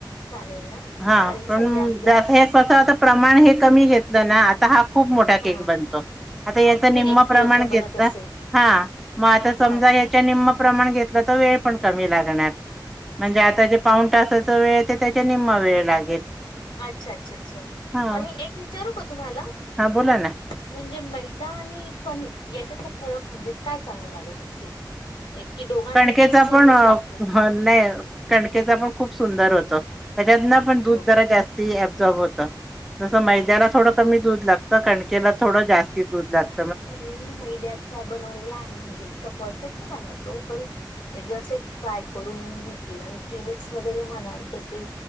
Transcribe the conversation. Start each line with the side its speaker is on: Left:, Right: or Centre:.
Left: चालेल ना
Centre: हा
Left: कारण की
Centre: पण
Left: सध्या गॅस
Centre: जस हे कस आता प्रमाण हे कमी घेत घेतलं ना आता हा खूप मोठा
Left: हा
Centre: केक बनतो आता
Left: हो
Centre: याच
Left: तुम्ही
Centre: निम्म
Left: एक किलोचा
Centre: प्रमाण
Left: बनत
Centre: घेतलं
Left: असेल
Centre: हा.. मग आता समजा
Left: हा
Centre: याच्या निम्म प्रमाण घेतलं तर वेळ पण कमी लागणार
Left: अच्छा
Centre: म्हणजे आता जे पाऊन तास ते वेळेत येतायत तर निम्मा वेळ लागेल
Left: अच्छा -अच्छा- अच्छा
Centre: हा
Left: आणि एक विचारू का तुम्हाला?
Centre: हा बोला ना.
Left: म्हणजे म मैदा आणि कणिक याच्यातला फरक म्हणजे काय चांगल लागत असेल? की दोघांची
Centre: कणकेचा
Left: टेस्ट सेमच
Centre: पण
Left: लागते
Centre: नाही. कणकेचा पण खूप सुंदर होत. त्याच्यातन पण दूध
Left: हो
Centre: जरा
Left: का
Centre: जास्ती अॅझॉर्बॅब होत तर जसं
Left: अच्छा
Centre: मैद्याला
Left: अच्छा
Centre: थोडं कमी दूध लागत. कणकेला थोडं जास्तीत दूध लागत.
Left: नाही मी मैद्याचा बनवलेला आहे म्हणजे इतका परफेक्ट नाही आला तो पण जसं एक ट्राय करून हे केलं आणि प्रिमिक्स वगैरे म्हणाल तर ते